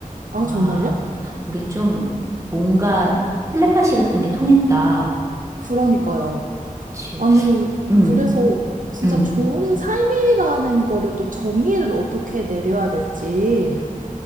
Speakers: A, on the right; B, on the right.
A: 아,
B: 와,
A: 정말요?
B: 우리 좀 뭔가 텔레파시 같은 게 통했다.
A: 그러니까요.
B: 그치.
A: 아니,
B: 음,
A: 그래서 진짜
B: 음.
A: 좋은 삶이라는 거를 또 정의를 어떻게 내려야 될지.